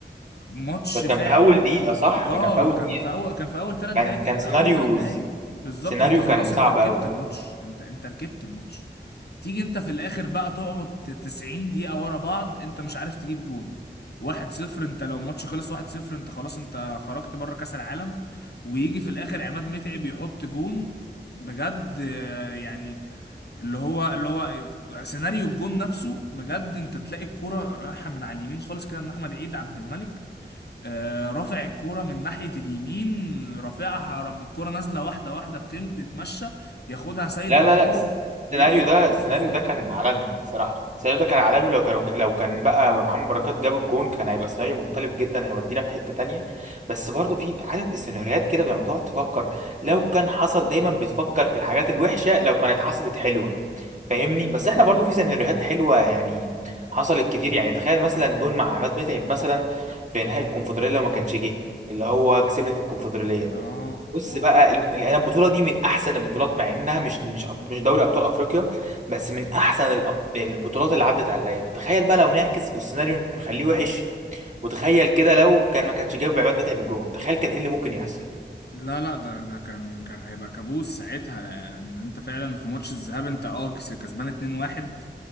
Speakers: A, on the left; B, on the right.
A: ماتش
B: ده كان
A: فا
B: في اول دقيقه صح
A: اه
B: ده كان في اول
A: كان
B: دقيقه
A: في اول كان في اول ثلاث
B: كان
A: دقائق
B: كان سيناريو
A: اول ثلاث دقائق بالظبط
B: سيناريو
A: انت خلاص
B: كان صعب
A: انت ركبت
B: قوي
A: الماتش انت انت ركبت الماتش تيجي انت في الاخر بقى تقعد 90 دقيقة ورا بعض انت مش عارف تجيب جون واحد صفر انت لو الماتش خلص واحد صفر انت خلاص انت خرجت بره كأس العالم ويجي في الاخر عماد متعب يحط جون بجد آه، يعني اللي هو اللي هو سيناريو الجون نفسه بجد انت تلاقي الكرة رايحة من على اليمين خالص كده من احمد عيد عبد الملك آه، رافع الكرة من ناحية اليمين رافعها رم- الكرة نازلة واحدة واحدة بتم- بتمشى ياخدها سيد
B: لا
A: معوض
B: لا لا
A: يرفع
B: السيناريو ده
A: اوفر
B: السيناريو
A: فظيع
B: ده كان عالمي صراحه السيناريو ده كان عالمي لو كانوا لو كان بقى محمد بركات جاب الجون كان هيبقى سيناريو مختلف جدا هيودينا في حته تانية بس برضو في عارف السيناريوهات كده لما تقعد تفكر لو كان حصل دايما بتفكر في الحاجات الوحشه لو كانت حصلت حلوه فاهمني بس احنا برضو في سيناريوهات حلوه يعني حصلت كتير يعني تخيل مثلا جون مع عماد متعب مثلا في نهائي الكونفدراليه لو ما كانش جه اللي هو كسبنا في الكونفدراليه
A: اه
B: بص
A: اه
B: بقى الم- يعني انا البطوله دي من احسن البطولات مع انها مش مش أب- مش دوري ابطال افريقيا بس من احسن الأب- البطولات اللي عدت عليا فتخيل بقى لو نعكس والسيناريو نخليه وحش وتخيل كده لو كان ما كانش جاب عماد متعب الجون تخيل كان ايه اللي ممكن يحصل
A: لا لا ده ده كان كان هيبقى كابوس ساعتها لان انت فعلا في ماتش الذهاب انت اه كسبان 2-1